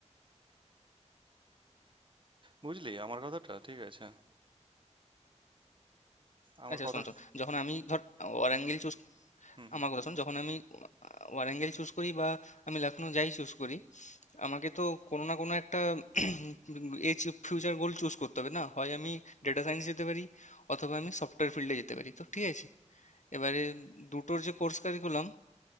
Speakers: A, on the right; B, on the left.
A: বুঝলি আমার কথাটা ঠিক আছে আমার
B: আচ্ছা
A: কথার
B: শোন শোন যখন আমি ধর ওয়ারাঙ্গল চুজ
A: হুম হুম
B: আমার কথা শোন যখন আমি ওয়ারাঙ্গল চুজ করি বা আমি লখনউ যাই চুজ করি আমাকে তো কোনো না কোনো একটা <clears throat> এ ফিউচার গোল চুজ করতে হবে না হয় আমি ডেটা সায়েন্স যেতে পারি অথবা আমি সফটওয়্যার ফিল্ডে যেতে পারি তো ঠিক আছে এবারে দুটোর যে কোর্স কারিকুলাম